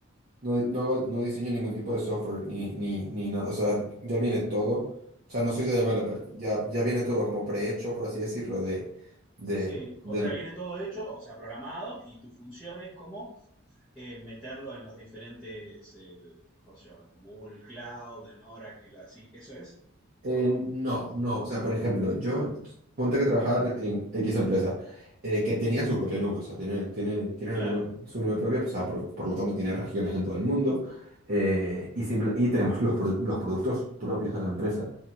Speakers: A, on the right (about 45°); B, in the centre.
A: No, no hago- no diseño ningún tipo de software ni, ni, ni nada. O sea, ya viene todo. O sea, no soy de developer. Ya, ya viene todo como prehecho, por así decirlo, de, de,
B: Sí,
A: del...
B: o sea, viene todo hecho, o sea, programado y tu función es como eh, meterlo en los diferentes, eh, cómo se llama, en Google Cloud, en Oracle, así. ¿Eso es
A: Eh,
B: o no?
A: no, no. O sea, por ejemplo, yo ponte que trabajar en X empresa eh, que tenía su propia nube. O sea, tiene, tiene, tiene
B: Claro.
A: una nube- su nube propia. pues, O sea, por, por lo tanto, tiene regiones en todo el mundo. eh, y, simple- y tenemos los, produ- los productos propios de la empresa.